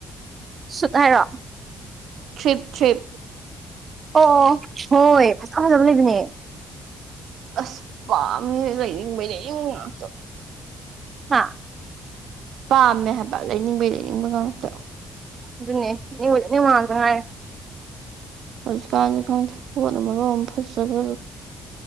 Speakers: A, on the right (about 40°); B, on the right (about 75°).
A: ꯁꯨꯠ ꯍꯥꯏꯔꯣ
B: ꯊ꯭ꯔꯤꯞ ꯊ꯭ꯔꯤꯞ
A: ꯑꯣ ꯍꯣꯏ ꯐꯖ ꯐꯖꯕ ꯂꯩꯕꯅꯦ
B: ꯑꯁ ꯄꯥꯝꯃꯦ ꯂꯩꯅꯤꯡꯕꯩꯩ ꯂꯩꯅꯤꯡꯕ ꯉꯥꯛꯇ
A: ꯍꯥꯥ
B: ꯄꯥꯝꯃꯦ ꯍꯥꯏꯕ ꯂꯩꯅꯤꯡꯕꯩ ꯂꯩꯅꯤꯡꯕ ꯉꯥꯛꯇ꯫
A: ꯑꯗꯨꯅꯦ <unintelligible>
B: ꯍꯧꯖꯤꯛꯀꯥꯟꯁꯨ ꯈꯪꯗꯦ ꯄꯣꯠꯅ ꯃꯔꯣꯝꯃ ꯐꯖꯕ